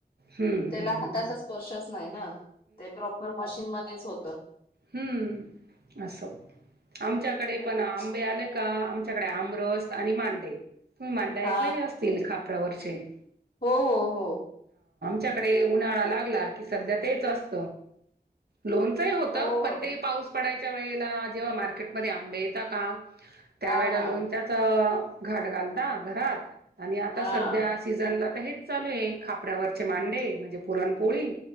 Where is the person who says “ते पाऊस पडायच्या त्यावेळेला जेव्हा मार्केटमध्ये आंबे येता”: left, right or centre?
Right